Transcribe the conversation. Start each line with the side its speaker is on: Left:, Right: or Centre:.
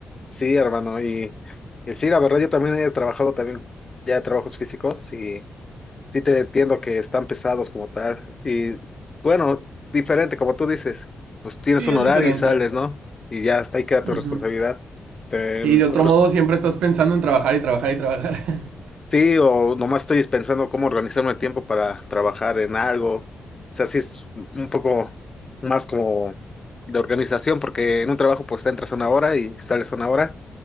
Left: sí, hermano, y, y sí, la verdad, yo también he trabajado también ya trabajos físicos Sí te entiendo que están pesados como tal. Y bueno, diferente, como tú dices, pues tienes
Right: Sí,
Left: un
Right: es
Left: horario
Right: diferente.
Left: y sales, ¿no? Y ya hasta ahí queda tu
Right: Ujú.
Left: responsabilidad. Pero
Right: Sí,
Left: en
Right: de otro
Left: otros,
Right: modo siempre estás pensando en trabajar y trabajar y trabajar. <laughs>
Left: sí, o nomás estoy pensando cómo organizarme el tiempo para trabajar en algo. O sea, sí es un poco más como de organización, porque en un trabajo pues entras una hora y sales una hora